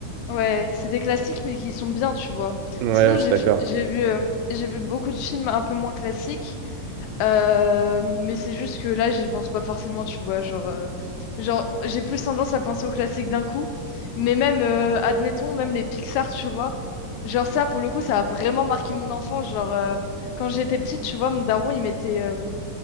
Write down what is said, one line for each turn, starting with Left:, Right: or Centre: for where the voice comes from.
Left: ouais, c'est des classiques, mais qui sont bien, tu vois.
Right: Ouais,
Left: Sinon,
Right: je
Left: j'ai
Right: suis d'accord.
Left: j'ai vu, euh, j'ai vu beaucoup de films un peu moins classiques. Euh, mais c'est juste que là, j'y pense pas forcément, tu vois. Genre, euh, genre j'ai plus tendance à penser aux classiques d'un coup. Mais même, euh, admettons, même les Pixar, tu vois. Genre ça, pour le coup, ça a vraiment marqué mon enfance. Genre, euh, quand j'étais petite, tu vois, mon daron, il mettait... euh,